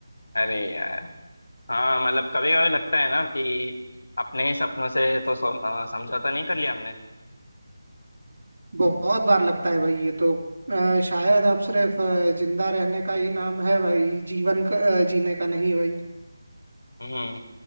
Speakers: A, on the left; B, on the right.
A: अरे यार हाँ मतलब कभी कभी लगता है ना कि अपने ही सपनों से तो सम- अ, समझौता नहीं कर लिया हमने
B: बहुत बार लगता है भाई ये तो आ, शायद अब सिर्फ आ, जिंदा रहने का ही नाम है भाई जीवन का, आ, जीने का नहीं भाई
A: हम्म